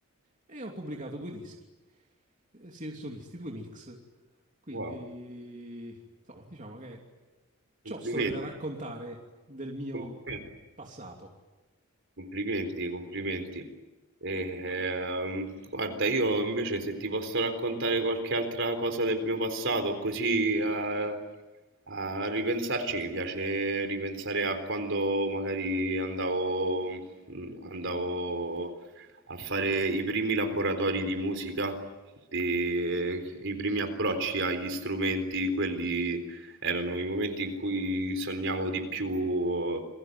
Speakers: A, on the right; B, on the right.
A: E ho pubblicato due dischi eh, sì, solisti, due mix. Quindi,
B: Wow,
A: insomma, diciamo che
B: complimenti,
A: ho storie da raccontare del mio
B: complimenti.
A: passato.
B: Complimenti, complimenti.
A: Eh,
B: E, Ehm, guarda, io invece se ti posso raccontare qualche altra cosa del mio passato, così a, a ripensarci, mi piace ripensare a quando magari andavo, mm, andavo a fare i primi laboratori di musica, di- i primi approcci agli strumenti, quelli erano i momenti in cui sognavo di più